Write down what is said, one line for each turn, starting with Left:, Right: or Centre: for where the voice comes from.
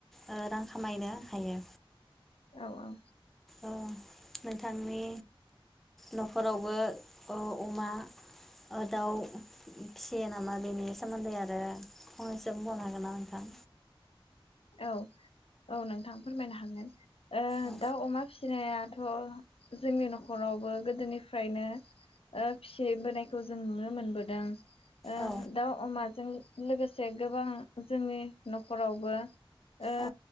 Centre: ओ रां खामायनो हायो।
Left: औ औ
Centre: ओ नोंथांनि न'खरावबो ओ अमा दाउ फिसियो नामा बेनि सोमोन्दै आरो फंनैसो बुंबावनो हागोन ना नोंथां
Left: औ औ नों थां फोरमायनो हागोन
Centre: औ
Left: दाउ अमा फिसिनाया थ' जोंनि न'खरावबो गोदोनिफ्रायनो ओ फिसिबोनायखौ जों नुनो मोनबोदों। ओ
Centre: औ
Left: दाउ अमा जों लोगोसे गोबां जोंनि न'खरावबो ओ
Centre: औ